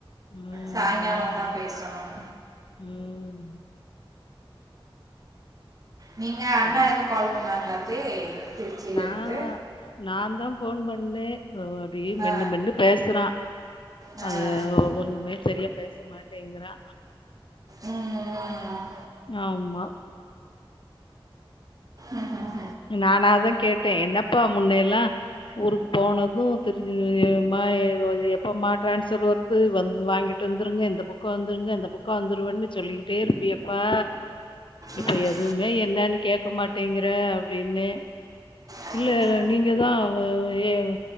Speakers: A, on the left (about 60°); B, on the right (about 40°).
A: ம்,
B: சாயங்காலந்தா
A: ம்,
B: பேசணும்
A: ம்.
B: நீங்க
A: சரி
B: அண்ணா எதுவும் கால் பண்ணாங்களா தே திருச்சியில
A: நா
B: இருந்து
A: நான்தா போன் பண்ணே ஒ அப்படி மென்னு
B: ஆ
A: மென்னு பேசுறா
B: ஆ
A: அது ஒண்ணுமே சரியா பேச மாட் டேங்குறா
B: ம்,
A: ஆமா
B: உஹம் உம்
A: நானாதா கேட்டே என்னப்பா முன்னைல்லா ஊருக்கு போனது தெருஞ்சு ஏமா எ அது எப்பம்மா டிரான்ஸர் வருது வந் வாங்கிட்டு வந்துருங்க இந்த பக்க வந்துருங்க இந்த பக்க வந்துருவன்னு சொல்லிக்கிட்டே இருப்பியேப்பா இப்ப
B: ம்
A: எதுவுமே என்னன்னு கேக்க மாட்டேங்குற னே
B: அச்சச்சோ.
A: இல்ல இல்ல நீங்கதா அவ எவ்